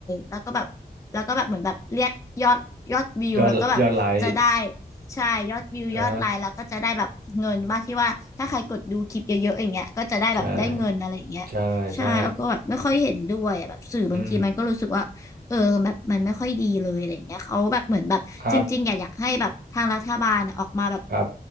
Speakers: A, on the left (about 20°); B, on the right (about 70°).
A: แล้วก็แบบแล้วก็แบบเหมือนแบบเรียกยอดยอดวิวแล้วก็แบบจะได้
B: ยอดยอดไลค์
A: ใช่ยอดวิวยอดไลค์แล้วก็จะได้แบบเงินบ้างที่ว่าถ้าใครกดดูคลิปเยอะๆอย่างเงี้ยก็จะได้แบบได้เงินอะไรอย่างเงี้ยใช่แล้วก็แบบไม่ค่อยเห็นด้วยอะแบบสื่อบางทีมันก็รู้สึกว่าเออแบบมันไม่ค่อยดีเลยอะไรอย่างเงี้ยเขาแบบเหมือนแบบจริงๆอยากอยากให้แบบทางรัฐบาลอะออกมาแบบ
B: ใช่ใช่ใช่ใช่อืมครับครับ